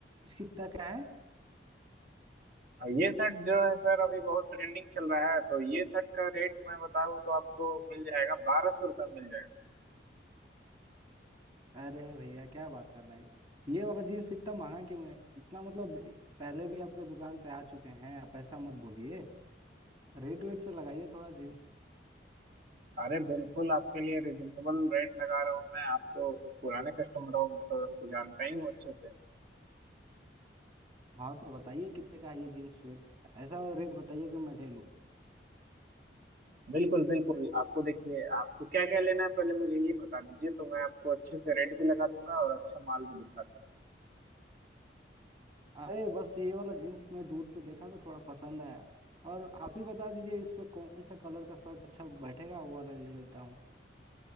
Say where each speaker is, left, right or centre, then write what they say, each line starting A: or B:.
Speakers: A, on the right; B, on the right.
A: जींस कितना का है
B: और ये शर्ट जो है सर अभी बहुत ट्रेंडिंग चल रहा है तो ये शर्ट का रेट मैं बताऊँ तो आपको मिल जाएगा बारह सौ रुपये मिल जाएगा
A: अरे भैया क्या बात कर रहे हैं ये वाला जीन्स इतना महंगा क्यों है इतना मतलब पहले भी आपके दुकान पे आ चुके हैं आप ऐसा मत बोलिए रेट वेट से लगाइए थोड़ा जीन्स
B: अरे बिल्कुल आपके लिए रिजनेबल रेट लगा रहा हूँ मैं आप तो पुराने कस्टमर हो मैं तो आपको जानता ही हूँ अच्छे से
A: हाँ तो बताइए कितने का है ये जीन्स फिर ऐसा वाला रेट बताइए कि मैं ले लूँ
B: बिल्कुल बिल्कुल आपको देखिए आपको क्या क्या लेना है पहले मुझे ये बता दीजिए तो मैं आपको अच्छे से रेट भी लगा दूंगा और अच्छा माल भी दिखा दूंगा
A: अरे बस ये वाला जीन्स मैं दूर से देखा तो थोड़ा पसंद आया और आप ही बता दीजिए इस पे कौन सा कलर का शर्ट अच्छा बैठेगा वो वाला ले लेता हूँ